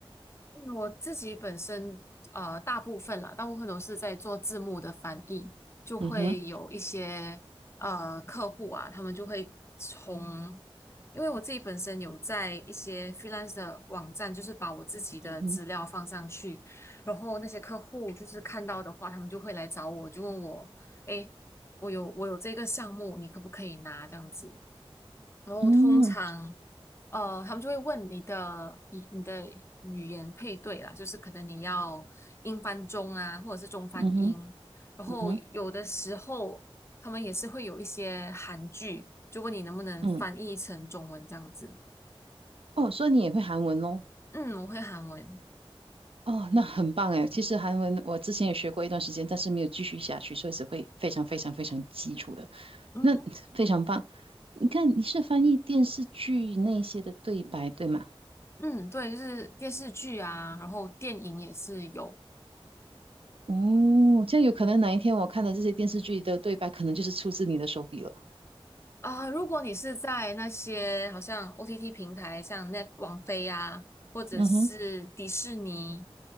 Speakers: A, on the left; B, on the right.
A: 嗯我自己本身呃，大部分啦，大部分都是在做字幕的翻译，就会有一些呃客户啊，
B: 嗯哼，
A: 他们就会从，因为我自己本身有在一些 freelance 的网站，就是把我自己的资料放上去，
B: 嗯哼，
A: 然后那些客户就是看到的话，他们就会来找我，就问我，诶，我有我有这个项目，你可不可以拿这样子？然后通常，
B: 嗯
A: 呃，他们就会问你的你你的语言配对啦，就是可能你要英翻中啊，或者是中翻英。
B: 嗯哼，
A: 然后有的时候他们也是会有一些韩剧，
B: 嗯哼，
A: 就问你能不能翻译成中文这样子。
B: 嗯，哦，所以你也会韩文喽？
A: 嗯，我会韩文。
B: 哦，那很棒哎。其实韩文我之前也学过一段时间，但是没有继续下去，所以只会非常非常非常基础的。
A: 嗯
B: 那非常棒。你看，你是翻译电视剧那些的对白，对吗？
A: 嗯，对，就是电视剧啊，然后电影也是有。
B: 哦，这样有可能哪一天我看的这些电视剧的对白，可能就是出自你的手笔了。
A: 啊，如果你是在那些好像 OTT 平台，像 Net 网飞啊，或者是迪士尼
B: 嗯哼，